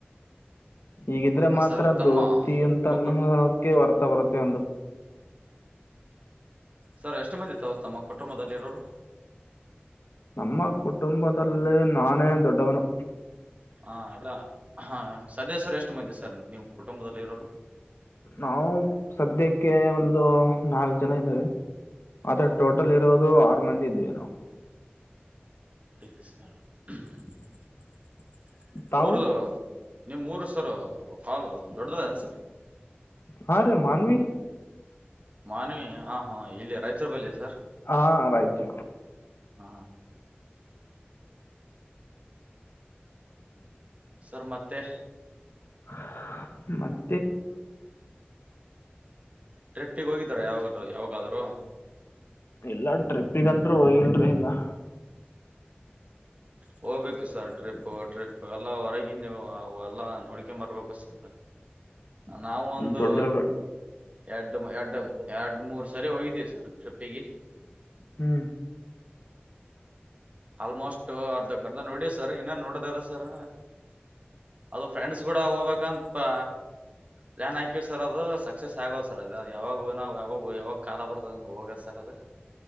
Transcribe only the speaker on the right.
ಹ
ಸರ್ ತಮ್ಮ
ತಮ್ಮ ಕೊಟ್
ಸರ್ ಎಷ್ಟು ಮಂದಿ ತಾವು ತಮ್ಮ ಕುಟುಂಬದಲ್ಲಿ ಇರೋದು
ಹಾ ಇಲ್ಲ ಅಹ ಸದಸ್ಯರು ಎಷ್ಟು ಮಂದಿ ಸರ್ ನೀವು ಕುಟುಂಬದಲ್ಲಿ ಇರುವವರು
ಓಹ
ಹೌದು
<unintelligible>
ಊರು ಯಾವುದು ನಿಮ್ಮ ಊರು ಸರ್ ಬಹಳ ದೊಡ್ಡದನ್ ಸರ್
ಮಾನ್ವಿ ಹಾಹಾ ಇಲ್ಲಿ ರಾಯಚೂರು ಬಲ್ಲಿ ಸರ್
ಆ ಸರ್ ಮತ್ತೆ
ಟ್ರಿಪ್ಪಿಗೆ ಹೋಗಿದ್ದರ ಯಾವಾಗಾದ್ರೂ <unintelligible>
ಹೋಗಬೇಕು ಸರ್ ಟ್ರಿಪ್ ಎಲ್ಲಾ ಹೊರಗಿಂದೆಲ್ಲ ನೋಡಿಕೊಂಡು ಬರಬೇಕು ನಾವು ಒಂದು
ಎರಡು ಎರಡು ಮೂರು ಸಲ ಹೋಗಿದ್ವಿ ಟ್ರಿಪ್ಪಿಗೆ ಸರ
ಆಲ್ಮೋಸ್ಟ್ ಅರ್ಧಕರ್ಧ ನೋಡಿ ಸರ್ ನಿನ್ನ ನೋಡಿದರೆ ಸರ್ ಅದು ಫ್ರೆಂಡ್ಸ್ ಕೂಡ ಹೋಗಬೇಕಂತ ಪ್ಲಾನ್ ಹಾಕಿ ಸರ್ ಅದು ಸಕ್ಸಸ್ ಆಗವಲ್ದು ಯಾವಾಗ್ ಕಾಲ ಬರ್ತದೆ ಅಂತ ಹೋದ್ಬೆಕೆ ಸರ್ ಅದು